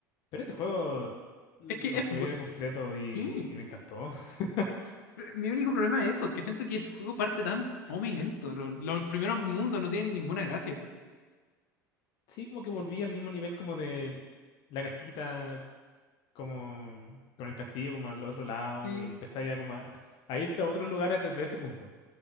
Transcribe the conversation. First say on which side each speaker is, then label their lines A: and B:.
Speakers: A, on the left; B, on the left.
A: pero este juego lo
B: Es que es...
A: jugué
B: bu-
A: completo y,
B: Sí.
A: y me encantó. <laughs>
B: Pero Mi único problema es eso, que siento que el juego parte tan fome y lento. Lo- Los, primeros mundos no tienen ninguna gracia.
A: Sí, como que volví al mismo nivel como de la casita, como con el castillo, como al otro lado,
B: Sí,
A: y empecé ya como a, a irte a otros lugares desde ese punto,